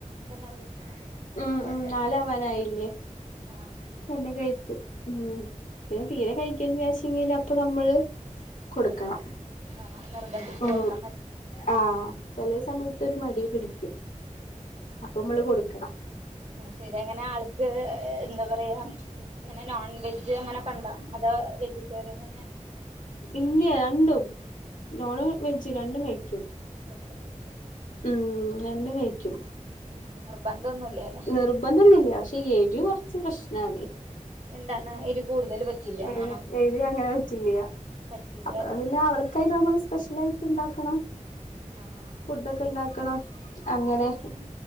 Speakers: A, on the right; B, on the left.
A: തന്നെ കഴിക്കും അതെ ആഹ്
B: ഉം
A: അപ്പൊ കൊഴപ്പല്ല
B: ഉം നാലാവാനായില്ലേ
A: ആഹ്‌.
B: തന്നെ കഴിക്കും ഉം പിന്നെ തീരെ കഴിക്ക് ല്ലാച്ചങ്കില് അപ്പൊ നമ്മള്. കൊടുക്കണം
A: ഉം ആഹ് ഇഞർ നിർബന്ധിച്ച്
B: ഉം
A: കൊടുക്കണം
B: ആഹ് ചെലെ സമയത്തൊരു മടി പിടിക്കും അപ്പൊ മ്മള് കൊട്ക്കണം.
A: ഏഹ് ശരി അങ്ങനെ ആൾക്ക് എന്താ പറയാ. ങ്ങനെ നോൺ വെജ് അങ്ങനെക്കണ്ടോ അതോ വെജിറ്റേറിയൻ തന്നെ
B: ഇല്ല്യാ രണ്ടും നോണും വെജും രണ്ടും കഴിക്കും.
A: രണ്ടും കയ്ക്കോ?
B: ഉം രണ്ടും കഴിക്ക്യും.
A: ഉം നിർബന്ധോന്നൂല്ല്യാലെ?
B: നിർബന്ധോന്നൂല്ല്യ പക്ഷെ ഏരു കൊർച്ച് പ്രശ്നാണ്.
A: എന്താണ് എരിവ് കൂടുതൽ പറ്റില്ല
B: ഏഹ്
A: എന്നാണോ
B: എരു അങ്ങനെ പറ്റൂല.
A: പറ്റില്ല
B: അപ്പ
A: അല്ലെ
B: പിന്നാ അവൾക്കായിട്ട് നമ്മള് സ്പെഷ്യൽ ആയിട്ട് ഇണ്ടാക്കണം.
A: ആഹ് ആഹ്
B: ഫുഡൊക്കെ
A: അത് ശരി
B: ഇണ്ടാക്കണം
A: ഉം
B: അങ്ങനെ.
A: ഇവന്